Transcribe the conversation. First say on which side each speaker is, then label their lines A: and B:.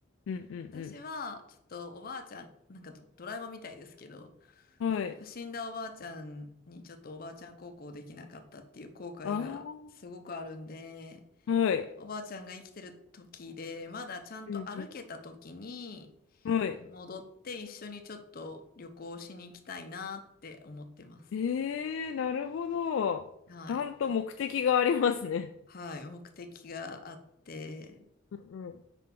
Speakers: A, on the left; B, on the left.
A: うんうん
B: 私は、ちょっとおばあちゃん、なんかド、ドラえもんみたいですけど、
A: うん。はい。
B: やっぱ死んだおばあちゃんにちょっとおばあちゃん孝行できなかったっていう後悔がすごくあるんで、
A: ああ、はい。
B: おばあちゃんが生きてる時で、まだちゃんと歩けた時に
A: うんうん。はい。
B: 戻って一緒にちょっと旅行しに行きたいなって思ってます。
A: ええー、なるほど。
B: はい。
A: ちゃんと目的がありますね。
B: はい。目的があって、
A: うんうん。